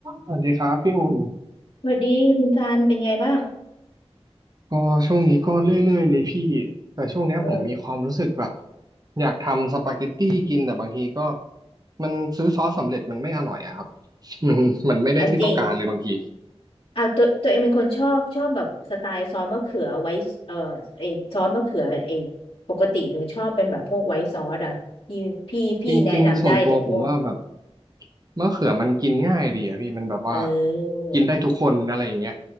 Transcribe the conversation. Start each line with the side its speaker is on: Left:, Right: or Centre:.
Right: สวัสดีครับพี่อุ่น
Left: สวัสดีคุณซานเป็นไงบ้าง
Right: ก็ช่วงนี้ก็เรื่อยๆเลยพี่แต่ช่วงเนี้ยผมมีความรู้สึกแบบ
Left: เออ
Right: อยากทำสปาเกตตี้กินแต่บางทีก็มันซื้อซอสสำเร็จมันไม่อร่อยอะครับ <laughs> มันมันไม่ได้ที่ต้องการเลยบางที
Left: เอาจริงเอาตัวตัวเองเป็นคนชอบชอบแบบสไตล์ซอสมะเขือไว้เออไอซอสมะเขือไอปกติหนูชอบเป็นแบบพวกไว้ซอสอ่ะพี่พี่พี่แนะนำได้แต่พวก
Right: จริงๆส่วนตัวผมว่าแบบมะเขือมันกินง่ายดีอะพี่มันแบบว่า
Left: เออ
Right: กินได้ทุกคนอะไรอย่างเงี้ย